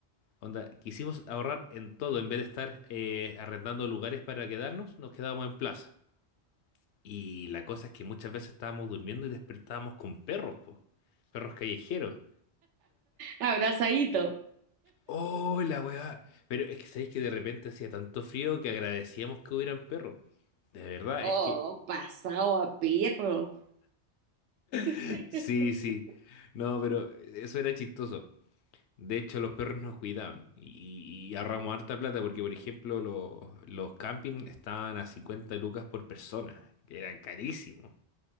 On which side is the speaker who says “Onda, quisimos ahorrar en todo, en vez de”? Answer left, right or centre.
Left